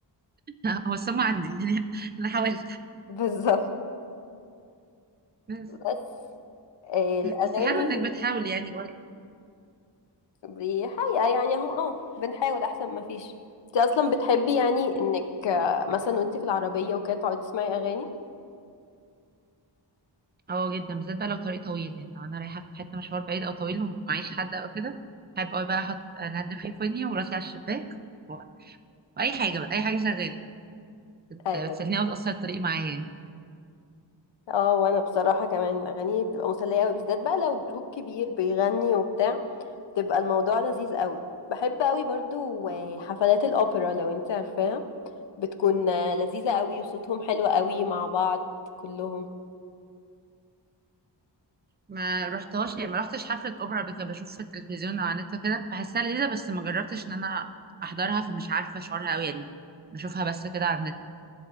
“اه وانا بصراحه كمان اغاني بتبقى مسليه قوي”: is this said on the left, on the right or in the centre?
Left